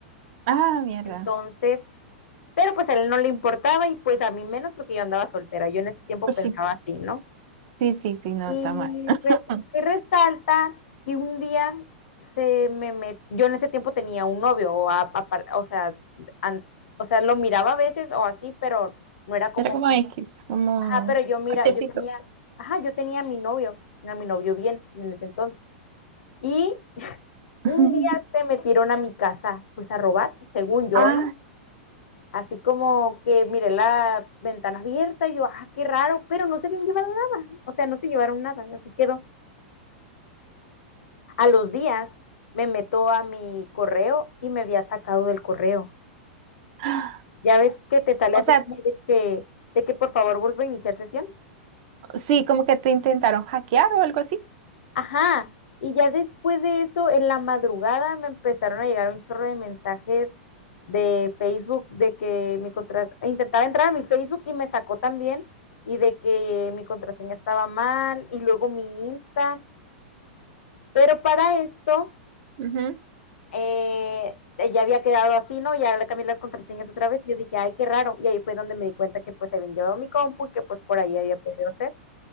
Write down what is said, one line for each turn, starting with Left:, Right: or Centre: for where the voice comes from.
Right: Ah, mierda.
Left: Entonces, pero pues a él no le importaba y pues a mí menos porque yo andaba soltera. Yo en ese tiempo
Right: Pues
Left: pensaba
Right: sí.
Left: así, ¿no?
Right: Sí, sí, sí, no,
Left: Y
Right: está mal. <laughs>
Left: resulta y resalta que un día se me met- yo en ese tiempo tenía un novio, o, a- apar- o sea, an- o sea, lo miraba a veces o así, pero no era como,
Right: Era como X, como
Left: ajá,
Right: un
Left: pero yo mira,
Right: hachecito.
Left: yo tenía, ajá, yo tenía a mi novio, a mi novio bien en ese entonces. Y <laughs>
Right: <laughs>
Left: un día se metieron a mi casa, pues a robar, según yo,
Right: Ah,
Left: ¿no? Así como que miré la ventana abierta y yo, ah, qué raro, pero no se habían llevado nada, o sea, no se llevaron nada, así quedó. A los días me meto a mi correo y me había sacado del correo.
Right: <gasps> ah,
Left: Ya ves que te sale
Right: o
Left: así
Right: sea,
Left: como de que, de que por favor vuelva a iniciar sesión.
Right: sí, como que te intentaron hackear o algo así.
Left: Ajá. Y ya después de eso, en la madrugada me empezaron a llegar un chorro de mensajes de Facebook de que mi contraseña, intentaba entrar a mi Facebook y me sacó también y de que mi contraseña estaba mal y luego mi Insta. Pero para esto,
Right: Ujú.
Left: eh, eh, ya había quedado así, ¿no? Ya le cambié las contraseñas otra vez y yo dije, ay, qué raro. Y ahí fue donde me di cuenta que pues se habían llevado mi compu y que pues por ahí había podido ser.